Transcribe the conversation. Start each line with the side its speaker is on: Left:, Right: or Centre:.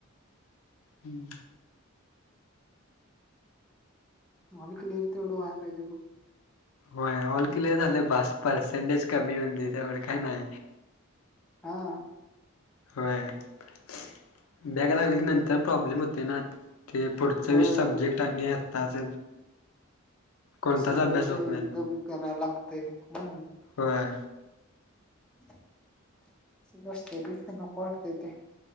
Left: हम्म.
Centre: अभि क्लिअर तेवढं व पाहिजे ब.
Left: होय, ऑल कलेर झालं बस पर्सेंटेज कमी होऊन देई त्यामुळेढ काय नाही.
Centre: हा.
Left: होय, बॅग लागयला लागलं की नंतर प्रॉब्लेम होते नात. ते पुढचे
Centre: होय
Left: सब्जेक्ट आणि आत्ताच कोणताच
Centre: सगळ्याच
Left: अभ्यास होत
Centre: एकदम
Left: नाही मग
Centre: कराय लागतय. हम.
Left: होय
Centre: तसंच असते तेच तर नको वाटते ते.